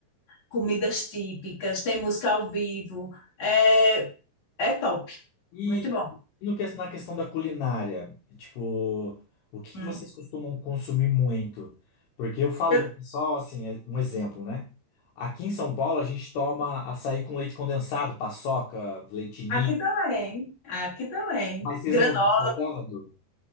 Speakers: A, on the left; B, on the left.
A: comidas típicas, tem música ao vivo, é, é top,
B: E
A: muito bom.
B: e no, que- na questão da culinária, tipo, o que que
A: Hum.
B: vocês costumam consumir muito? Porque eu falo
A: Eu-
B: pro pessoal, assim, é um exemplo, né? Aqui em São Paulo a gente toma açaí com leite condensado, paçoca, leite ninho.
A: aqui também, aqui também.
B: Mas vocês
A: Granó,
B: não usam salgado?